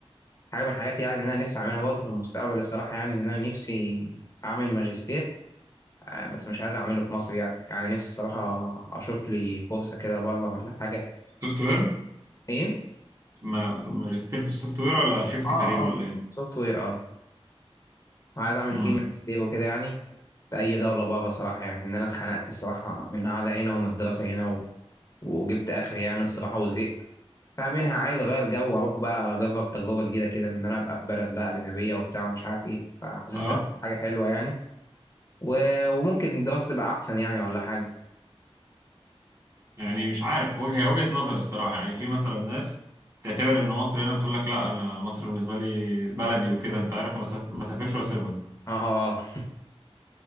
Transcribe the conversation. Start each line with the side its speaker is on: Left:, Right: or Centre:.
Left: حاجه من الحاجات يعني ان انا نفسي اعملها برضو في المستقبل الصراحه يعني ان انا نفسي اعمل ماجستير آه، بس مش عايز اعمله في مصر يعني يعني نفسي الصراحة اشوف لي فرصة كده بره ولا حاجة
Right: سوفت وير
Left: ايه
Right: ما- ماجستير في السوفت وير ولا شيفت
Left: اه
Right: كارير
Left: اه
Right: ولا ايه
Left: سوفت وير اه عايز اعمل
Right: امم
Left: فيه ماجستير وكده يعني في اي دولة بره صراحة يعني ان انا اتخنقت الصراحة من القعدة هنا ومن الدراسة هنا و... وجبت اخري يعني الصراحة وزهقت فمنها عايز اغير جو واروح بقى اجرب تجربة جديدة كده ان انا ابقى في بلد بقى اجنبية وبتاع ومش عارف ايه فحاسس
Right: اه
Left: هتبقى حاجة حلوة يعني و... وممكن الدراسة تبقى احسن يعني ولا حاجة
Right: يعني مش عارف وجهه وجهه نظر الصراحه يعني في مثلا ناس تعتبر ان مصر هنا بتقول لك لا انا مصر بالنسبه لي بلدي وكده انت عارف ما ساف- ما سافرش واسيبها
Left: اه اه آه.